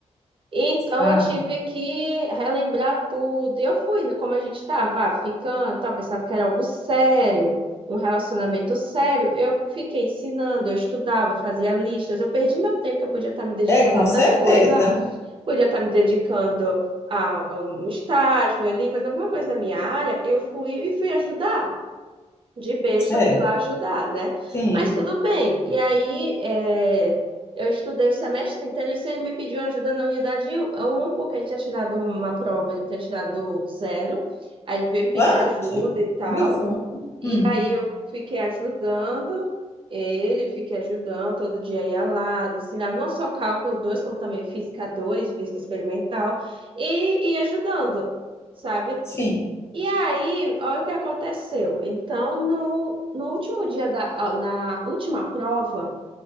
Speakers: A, on the right (about 45°); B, on the left (about 20°).
A: Então
B: ah,
A: eu tive que relembrar tudo. E eu fui, né, como a gente estava, ah, ficando, tal, pensava que era algo sério, um relacionamento sério. Eu fiquei ensinando, eu estudava, fazia listas, eu perdi meu tempo que eu podia estar me dedicando
B: é, com
A: a outras
B: certeza,
A: coisas podia estar me dedicando a, a um um estágio ali, fazer alguma coisa na minha área, eu fui e fui ajudar. De besta,
B: é,
A: fui lá ajudar, né?
B: sim.
A: Mas tudo bem. E aí, é, eu estudei o semestre inteiro, isso ele me pediu ajuda na unidade 1, porque ele tinha tirado uma prova, ele tinha tirado zero. Aí ele veio me pedir
B: Bate,
A: ajuda e tal.
B: me foi,
A: E
B: hum,
A: aí eu fiquei ajudando ele, fiquei ajudando, todo dia ia lá, ensinava não só cálculo 2 como também física dois física experimental, e ia ajudando, sabe?
B: sim,
A: E aí, olha o que aconteceu. Então, no, no último dia da, ah, na última prova,